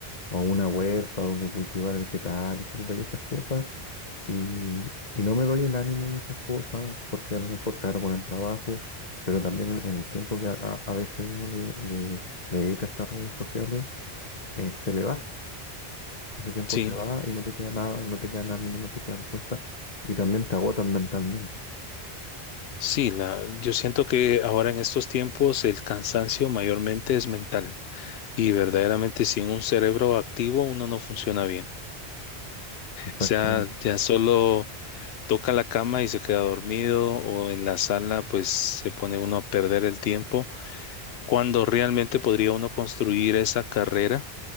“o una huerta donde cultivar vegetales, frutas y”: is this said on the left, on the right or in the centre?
Left